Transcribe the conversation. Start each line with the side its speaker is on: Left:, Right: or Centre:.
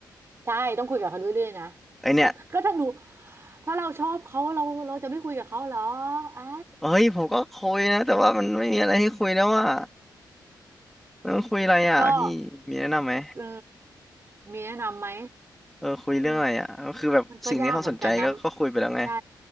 Right: ใช่ต้องคุยกับเขาเรื่อยๆนะ
Centre: ไอเนี่ย
Right: ก็ก็ถ้าหนูถ้าเราชอบเขาเราเราจะไม่คุยกับเขาเหรอไอ้
Centre: เฮ้ยผมก็คุยนะแต่ว่ามันไม่มีอะไรให้คุยแล้วว่าแล้วมันคุยอะไรอ่ะพี่มีแนะนำไหม
Right: <laughs> ก็เออมีแนะนำไหม
Centre: เออคุยเรื่องอะไรอ่ะก็คือแบบสิ่งนี้เขาสนใจก็ก็คุยไปแล้วไง
Right: อืม มันก็ยากเหมือนกันนะใช่